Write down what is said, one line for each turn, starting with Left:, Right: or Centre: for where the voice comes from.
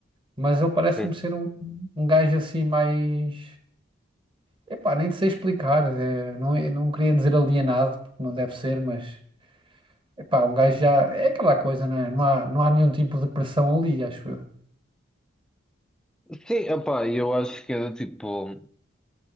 Right: Mas ele parece-me
Centre: sim,
Right: ser um, um gajo assim mais. Epá, nem sei explicar. é, não, eu não queria dizer alienado, porque não deve ser, mas Epá, um gajo já. É aquela coisa, né? Não há, não há nenhum tipo de pressão ali, acho eu.
Centre: sim, opá, eu acho que é do tipo.